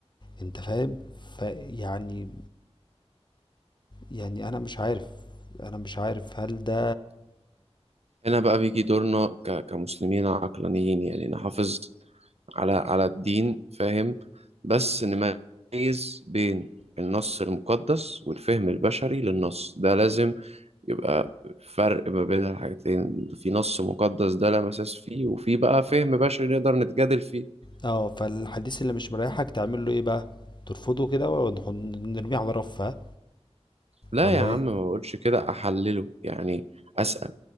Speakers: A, on the left; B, on the right.
A: انت فاهم فيعني يعني يعني انا مش عارف انا مش عارف هل ده
B: هنا بقى بيجي دورنا ك- كمسلمين عقلانيين يعني نحافظ على على الدين فاهم بس نميز بين النص المقدس والفهم البشري للنص ده لازم يبقى فرق ما بين الحاجتين في نص مقدس ده لا مساس فيه وفي بقى فهم بشري نقدر نتجادل فيه
A: اه فالحديث اللي مش مريحك تعمل له ايه بقى ترفضه كده ونرميه على رفه
B: لا
A: ولا
B: يا عم
A: ايه
B: ما بقولش كده أحلله يعني أسأل